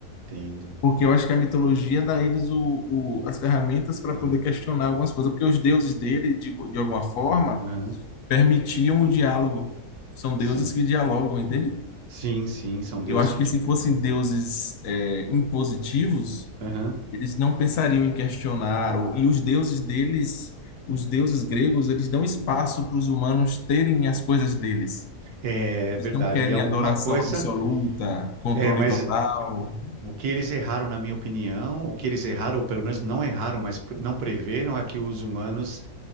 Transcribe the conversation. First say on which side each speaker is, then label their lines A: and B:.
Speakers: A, on the right; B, on the left.
A: entendo.
B: Porque eu acho que a mitologia dá a eles o, o- as ferramentas para
A: Tá.
B: poder questionar algumas coisas. Porque os deuses dele, de, de alguma forma,
A: Aham.
B: permitiam o diálogo. São deuses
A: Sim.
B: que dialogam, entende?
A: Sim, sim, são deuses
B: Eu acho
A: que
B: que
A: dialogam.
B: se fossem deuses é, impositivos,
A: Aham.
B: eles não pensariam em questionar. Ou, e os deuses deles, os deuses gregos, eles dão espaço para os humanos terem as coisas deles.
A: É
B: Eles
A: verdade.
B: não querem
A: E alguma
B: adoração
A: coisa.
B: absoluta, controle
A: É, mas
B: total.
A: o que eles erraram, na minha opinião, o que eles erraram, ou pelo menos não erraram, mas pre- não preveram, é que os humanos